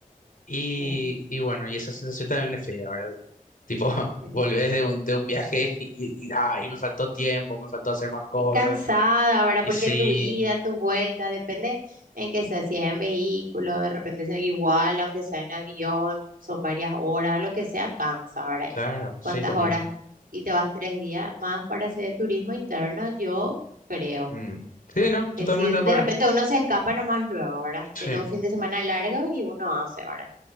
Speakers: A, on the left; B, on the right.
A: Y,
B: eh.
A: y bueno, y esa sensación también es fea, ¿verdad? Tipo, <laughs>
B: Ujú.
A: volvés de un, de un viaje <laughs> y, y, ay, me faltó tiempo, me faltó hacer más cosas.
B: Y cansada, ¿verdad?
A: Y
B: Porque
A: sí,
B: tu ida, tu vuelta, depende en qué sea, si es en vehículo, de repente es igual, aunque sea en avión, son varias horas, lo que sea, cansa, ¿verdad?
A: claro, sí,
B: ¿Cuántas
A: también.
B: horas? Y te vas tres días más para hacer turismo interno, yo creo
A: Mm. Sí, no, totalmente
B: que si
A: de acuerdo.
B: de repente uno se escapa nomás luego, ¿verdad?
A: Sí,
B: Tener un fin de semana largo y uno hace, ¿verdad?